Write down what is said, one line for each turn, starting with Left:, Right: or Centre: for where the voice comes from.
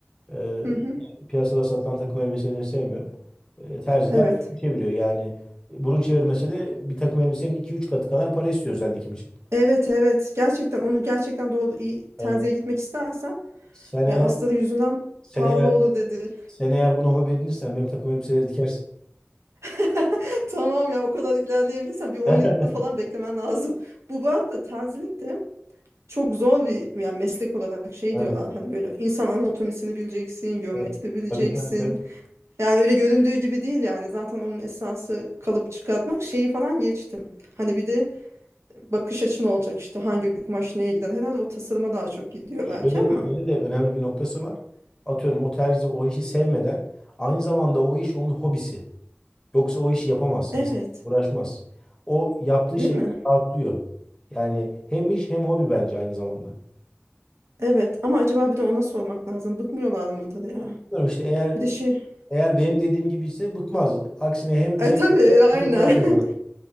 Left: Ee,
Right: Hı hı.
Left: piyasada satılan takım elbiseleri sevmiyorum. Ee, terziler
Right: Evet.
Left: çeviriyor yani. Burun çevirmesi de bir takım elbisenin iki üç katı kadar para istiyor özel dikim için.
Right: Evet evet. Gerçekten onu gerçekten doğru iyi terziye
Left: Evet.
Right: gitmek istersen
Left: Sen
Right: ya
Left: eğer
Right: astarı yüzünden
Left: sen
Right: pahalı
Left: eğer
Right: olur dedi.
Left: sen eğer bunu hobi edinirsen benim takım elbiseleri dikersin.
Right: <laughs> Tamam ya o kadar ilerleyebilirsen bir 10
Left: <laughs>
Right: yıl falan beklemen lazım. Bu bu arada terzilik de çok zor bir yani meslek olarak şey
Left: O,
Right: diyorlar hani böyle insan anatomisini bileceksin, geometri
Left: Evet.
Right: bileceksin.
Left: Tabii tabii tabii.
Right: Yani öyle göründüğü gibi değil yani zaten onun esası kalıp çıkartmak şeyi falan geçtim. Hani bir de bakış açın olacak işte hangi kumaş neye gider. Herhalde o tasarıma daha çok gidiyor
Left: Şöyle,
Right: belki ama.
Left: şöyle de önemli bir noktası var. Atıyorum o terzi o işi sevmeden aynı zamanda o iş onun hobisi. Yoksa o işi yapamaz.
Right: Evet
Left: İnsan uğraşmaz. O yaptığı
Right: değil
Left: şeyden
Right: mi?
Left: rahatlıyor. Yani hem iş hem hobi bence aynı zamanda.
Right: Evet ama acaba bir de ona sormak lazım. Bıkmıyorlar mıdır ya?
Left: Bilmiyorum işte eğer
Right: Bir de şey.
Left: eğer benim dediğim gibi ise bıkmaz. Aksine hem
Right: E
Left: zevk
Right: tabii
Left: alır,
Right: aynen.
Left: hem para kazanır.
Right: <laughs>